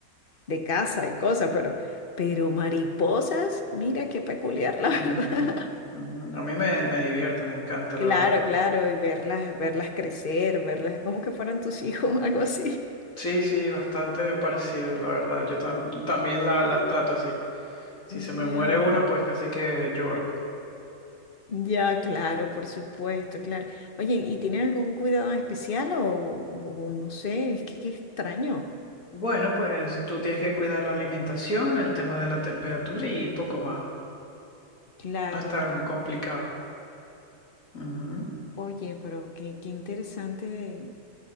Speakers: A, on the left; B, on the left.
A: de casa y cosas, pero, pero mariposas, mira qué peculiar, la verdad.
B: Ujú,
A: <laughs>
B: ujú. A mí me, me divierte, me encanta,
A: Claro,
B: la verdad.
A: claro, y verlas, verlas crecer, verlas como que fueran tus hijos, <laughs> algo así.
B: Sí, sí, bastante parecido, la verdad. Yo tam- también la- las trato así. Si se
A: Ya,
B: me muere uno, pues casi que lloro.
A: ya, claro, por supuesto, claro. Oye, ¿y tienen algún cuidado especial o, o no sé? Es que qué extraño.
B: Bueno, pues tú tienes que cuidar la alimentación, el tema de la temperatura y poco más.
A: Claro,
B: No es tan
A: claro.
B: complicado. Ujú.
A: Oye, pero qué, qué interesante,